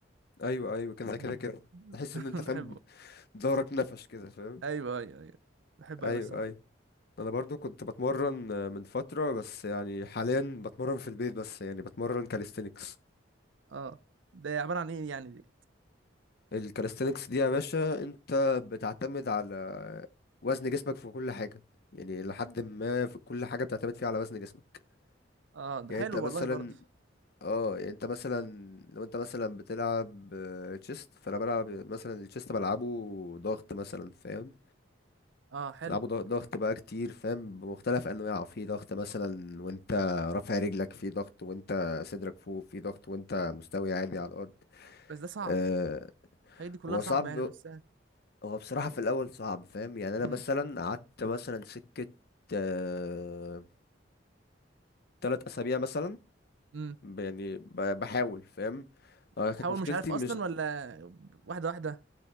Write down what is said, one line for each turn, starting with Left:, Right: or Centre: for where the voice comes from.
Left: ايوه ايوه كده
Right: مم.
Left: كده كده <laughs> تحس
Right: <laughs>
Left: ان انت
Right: بحبه
Left: فاهم ظهرك نفش كده فاهم
Right: ايوه ايوه ايوه بحبه
Left: ايوه
Right: قوي الصراحه
Left: ايوه انا برضو كنت بتمرن آه، من فتره بس يعني حاليا بتمرن في البيت بس يعني بتمرن كاليستينكس
Right: اه ده عباره عن ايه يعني دي
Left: الكاليستينكس دي يا باشا انت بتعتمد على وزن جسمك في كل حاجه يعني لحد ما في كل حاجه بتعتمد فيها على وزن جسمك
Right: اه ده
Left: يعني
Right: حلو
Left: انت مثلا
Right: والله برضه
Left: اه يعني انت مثلا لو انت مثلا بتلعب تشيست فانا بلعب مثلا التشيست بلعبه ضغط مثلا فاهم
Right: اه حلو
Left: تلعبوا ضغ- ضغط بقى كتير فاهم بمختلف انواعه في ضغط مثلا وانت رافع رجلك في ضغط وانت صدرك فوق في ضغط وانت مستوي عادي على الارض
Right: بس ده صعب
Left: أه
Right: الحاجات دي كلها
Left: هو
Right: صعبه
Left: صعب
Right: يعني مش سهل
Left: هو بصراحة في الاول صعب فاهم يعني انا
Right: امم
Left: مثلا قعدت مثلا سكة أه تلات اسابيع مثلا
Right: امم
Left: ب- يعني ب- بحاول فاهم اه
Right: بتحاول
Left: كانت مشكلتي
Right: مش عارف اصلا
Left: مش
Right: ولا واحده واحده